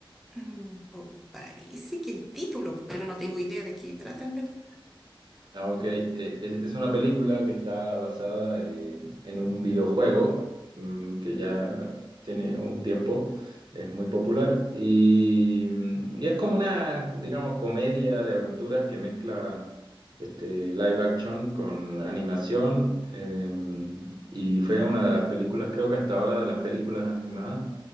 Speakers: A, in the centre; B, on the right.
A: Mm, po- parece que el título, pero no tengo idea de qué trata en verdad.
B: Ah, ok. Eh, es, es una película que está basada eh, en un videojuego mm, que ya tiene un tiempo, es muy popular y, mm, y es como una, digamos, comedia de aventuras que mezcla este, live action con animación em, y fue una de las películas, creo que hasta ahora de las películas animadas,